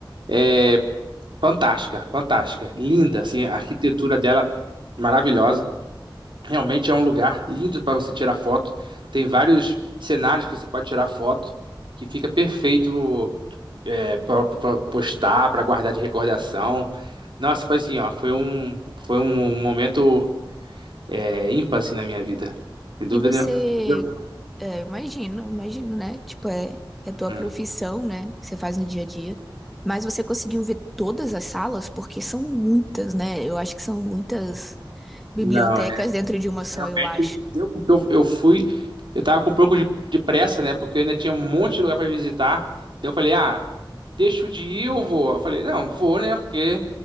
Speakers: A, on the right (about 70°); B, in the centre.
A: é, fantástica, fantástica, linda, assim, a arquitetura dela maravilhosa. Realmente é um lugar lindo para você tirar foto. Tem vários cenários que você pode tirar foto, que fica perfeito é, para postar, para guardar de recordação. Nossa, foi assim, ó, foi um, foi um momento é, ímpar assim, na minha vida, sem dúvida,
B: E você,
A: nenhum- sem dúvida alguma.
B: é, imagino, imagino, né? Tipo, é, é
A: Uhum.
B: tua profissão, né? Que você faz no dia a dia. Mas você conseguiu ver todas as salas? Porque são muitas, né? Eu acho que são muitas bibliotecas
A: Não,
B: dentro de uma só,
A: Realmente
B: eu acho.
A: não deu, porque eu, eu fui, eu tava com um pouco de, de pressa, né? Porque eu ainda tinha um monte de lugar para visitar. Daí eu falei, ah, deixo de ir, eu vou. Eu falei, não, vou, né? Porque